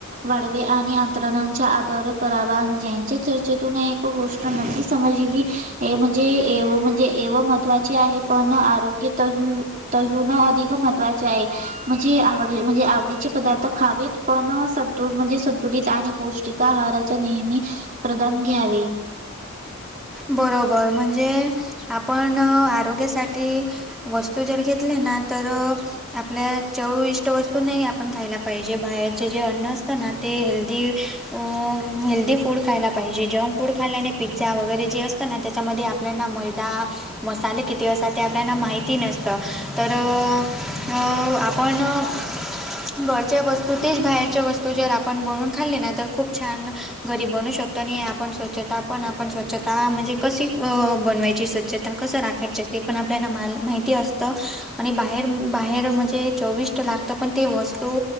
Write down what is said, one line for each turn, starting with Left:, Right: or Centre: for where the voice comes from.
Right: वाढवे आणि अंत्रणच्या आधार करावा, ज्यांच्या चर्चेतून एक गोष्ट नक्की समजली‌. हे म्हणजे, एव म्हणजे, एव महत्त्वाची आहे. पण आरोग्य तही तर होऊन अधिक महत्त्वाचे आहे. म्हणजे आवडी- म्हणजे आवडीचे पदार्थ खावेत. पण संतु -म्हणजे संतुलित आणि पौष्टिक आहाराचा नेहमी प्रदान घ्यावे.
Centre: बरोबर! म्हणजे आपण आरोग्यासाठी वस्तू जर घेतले ना तर आपल्या चव इष्ट वस्तू नाही आपण खायला पाहिजे, बाहेरचे जे अन्न असत ना. ते हेल्दी अं हेल्दी फूड खायला पाहिजे. जंक फूड खायल्याने पिझ्झा वगैरे जे असतं ना त्याच्यामध्ये आपल्याना मैदा मसाले किती असत ते आपल्याला माहिती नसत, तर अ पण घरच्या वस्तू तेच बाहेरच्या वस्तू जर आपण बनून खाल्ली ना तर खूप छान घरीब बनू शकतो नाही आपण स्वच्छता पण आपण स्वच्छ ता म्हणजे कशी अ बनवायची स्वच्छता कसं राखायची ते पण आपल्याला मल -माहिती असतं. आणि बाहेर बाहेर म्हणजे चोविष्ट लागतं पण ते वस्तू